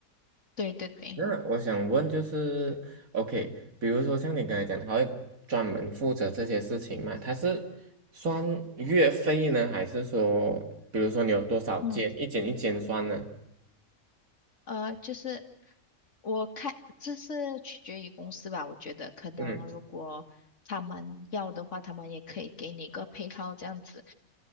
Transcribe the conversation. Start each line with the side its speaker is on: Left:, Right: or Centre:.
Left: 对对对，
Right: 那我想问就是，OK，比如说像你刚才讲，他会专门负责这些事情吗？他是算月费呢，还是说，比如说你有多少件，
Left: 嗯，
Right: 一件一件算呢？
Left: 呃，就是我看这是取决于公司吧，我觉得可能如果他们要的话，
Right: 嗯
Left: 他们也可以给你一个配套这样子，